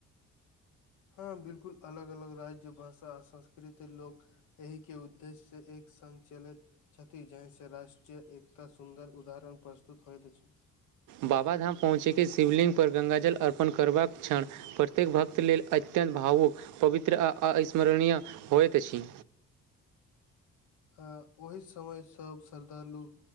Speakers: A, on the left; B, on the right.
A: हँ बिलकुल अलग अलग राज्य भाषा आ संस्कृति लोक एहि के उद्देश्य एक संचलित छथि जाहि से राष्ट्रीय एकता सुन्दर उदाहरण प्रस्तुत होइत अछि
B: बाबाधाम पहुँचैके शिवलिङ्गपर गङ्गााजल अर्पण करबाक क्षण प्रत्येक भक्त लेल अत्यन्त भावुक पवित्र आ अस्मरणीय होइत अछि
A: हँ ओहि समय सभ श्रद्धालु